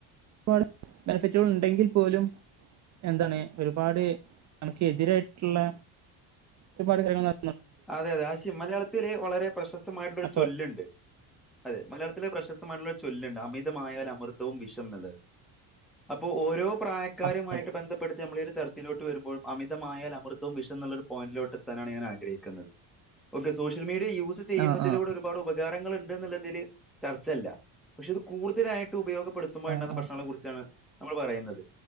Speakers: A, on the right; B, in the centre.
A: <unintelligible> ബെനഫിറ്റുകൾ ഉണ്ടെങ്കിൽ പോലും എന്താണ് ഒരുപാട് നമുക്ക് എതിരായിട്ടുള്ള ഒരുപാട് കാര്യങ്ങൾ നട
B: അതെ അതെ ആശിം മലയാളത്തില് വളരെ പ്രശസ്തമായിട്ടുള്ളൊരു
A: അപ്പൊ
B: ചൊല്ലുണ്ട്. അതെ മലയാളത്തിലത്തില് പ്രശസ്തമായിട്ടുള്ള ചൊല്ലുണ്ട് അമിതമായ ഒരു അമൃതവും വിഷം <unintelligible> അപ്പോ ഓരോ പ്രായക്കാരുമായിട്ട്
A: അതെ
B: ബന്ധപ്പെടുത്തി നമ്മളി <unintelligible> അമിതമായാൽ അമൃതവും വിഷം ന്നുള്ളരു പോയിന്റിലോട്ടെത്താനാണ് ഞാൻ ആഗ്രഹിക്കുന്നത്. <unintelligible> സോഷ്യൽ മീഡിയ യൂസ് ചെയ്യുന്നതിലൂടെ
A: ആഹ് ആഹ്
B: ഒരുപാട് ഉപകാരങ്ങളുണ്ട്. <unintelligible> എന്നുള്ളതിൽ ചർച്ചല്ല പക്ഷെ ഇത് കൂടുതലായിട്ട് ഉപയോഗപ്പെടുത്തുമ്പോഴിണ്ടാവുന്ന
A: ആഹ് ആഹ്
B: പ്രശ്നങ്ങളെ കുറിച്ചാണ്. നമ്മൾ പറയുന്നത്